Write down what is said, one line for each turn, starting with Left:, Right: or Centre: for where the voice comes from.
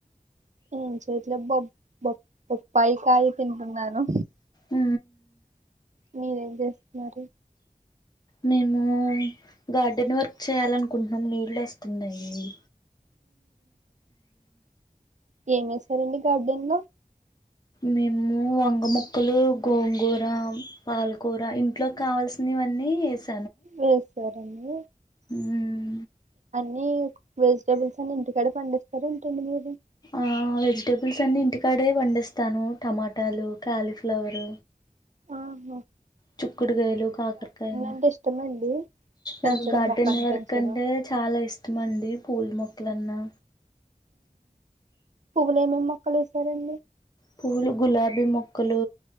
Right: ఎం చేయట్లేదు బొప్ బొప్ బొప్పాయి కాయ తింటున్నాను
Left: ఊ
Right: మీరేం చేస్తున్నారు
Left: మేము గార్డెన్ వర్క్ చేయాలనుకుంటున్నాం నీళ్లు వస్త వస్తున్నాయి
Right: ఏమి ఏసారండి గార్డెన్ లో
Left: మేము వంగ మొక్కలు గోంగూర పాలకూర ఇంట్లోకి కావాల్సిని వ నే ఎస్
Right: వేసారాండి
Left: మ్మ్
Right: మీ వెజిటేబుల్స్ అన్ని ఇంటికాడ పండిస్తారు ఏంటడి మీరు
Left: ఆ వెజిటేబుల్స్ అన్ని ఇంటికాడే పండిస్తాను టమాటాలు కాలీఫ్లవర్
Right: ఆహో
Left: చుక్కుడుకాయలు కాకరకాయలు
Right: అంటే ఇష్టమండి పెంచడం
Left: నాకు గార్డెన్
Right: మొక్కలు
Left: వర్క్
Right: పెంచడం
Left: అంటే చాలా ఇష్టమండి పూల మొక్కలు లన్నా
Right: పువ్వులు ఏమే మొక్కలు వేసారండి
Left: పూలు గులాబీ మొక్కలు